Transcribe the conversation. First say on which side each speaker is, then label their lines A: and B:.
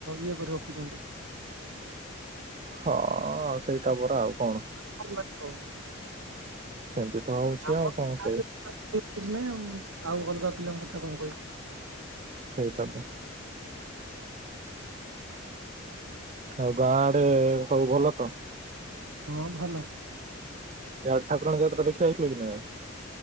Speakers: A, on the right; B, on the right.
A: ଇଏ କରି ରଖୁଛନ୍ତି।
B: ହଁ ସେଇଟା ପରା ଆଉ କଣ।
A: <inaudible> ଅପ ନାନି କୋ।
B: ସେମିତି ତ ଆଉ।
A: ଆମ
B: କଣ
A: ଗାଁ
B: କହିବି
A: ରେ <inaudible> କିଛି ନାଇଁ ଆଉ ଅଲଗା ପିଲାଙ୍କ କଥା କଣ କହିବି।
B: ସେଇଟାତ। ଆଉ ଗାଁ ଆଡେ ସବୁ ଭଲ ତ।
A: ହଁ ଭଲ।
B: ଏ ଆଡେ ଠାକୁରାଣି ଯାତ୍ରା ଦେଖିଆଇ ଥିଲୁ କି ନାହିଁ ଆଉ।